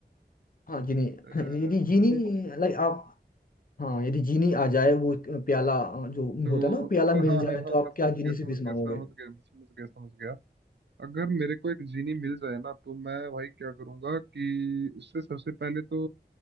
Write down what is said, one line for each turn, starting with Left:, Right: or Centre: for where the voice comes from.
Left: हाँ जीनी <laughs>
Right: अ,
Left: यदि जीनी
Right: वो
Left: लाइक आप हाँ यदि जीनी आ जाए वो प्याला जो
Right: तो
Left: होता है ना
Right: अच्छा
Left: प्याला मिल
Right: हाँ
Left: जाए
Right: हाँ हाँ
Left: तो
Right: मैं
Left: आप
Right: समझ
Left: क्या जीनी
Right: गया समझ
Left: से विश मांगोगे
Right: गया समझ गया मैं समझ गया समझ गया अगर मेरे को एक जीनी मिल जाए ना तो मैं भाई क्या करूंगा कि उससे सबसे पहले तो